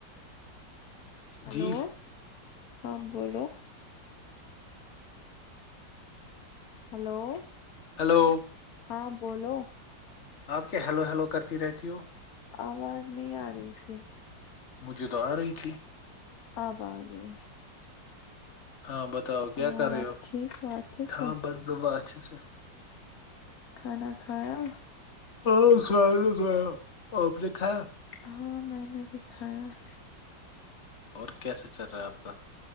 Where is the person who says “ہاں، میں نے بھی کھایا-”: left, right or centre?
Left